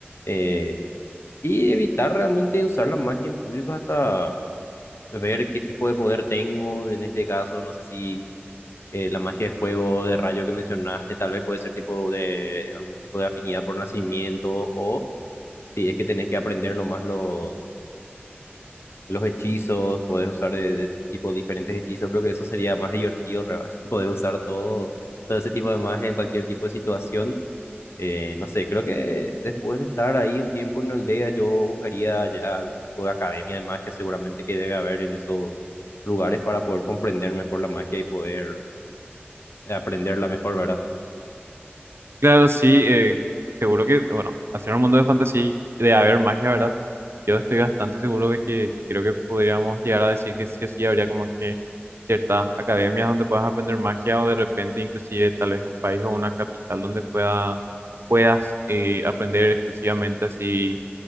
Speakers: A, on the left; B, on the right.
A: Eh, y evitar realmente usar la magia en público hasta ver qué tipo de poder tengo, en este caso, no sé si eh, la magia de fuego o de rayo que mencionaste, tal vez puede ser tipo de algún tipo de afinidad por nacimiento o si es que tenés que aprender nomás los los hechizos, puedes usar de, de tipo diferentes hechizos, creo que eso sería más divertido, re- <laughs> poder usar todo, todo ese tipo de magia en cualquier tipo de situación. Eh, no sé, creo que después de estar ahí un tiempo en la aldea, yo buscaría ya algún tipo de academia de magia, seguramente que debe haber en esos lugares para poder comprender mejor la magia y poder eh, aprenderla mejor, ¿verdad?
B: Claro, sí, eh, seguro que, bueno, al ser un mundo de fantasía y de haber magia, ¿verdad? Yo estoy bastante seguro de que creo que podríamos llegar a decir que sí o sí habría como que ciertas academias donde puedas aprender magia o de repente inclusive tal vez un país o una capital donde pueda, puedas eh, aprender exclusivamente así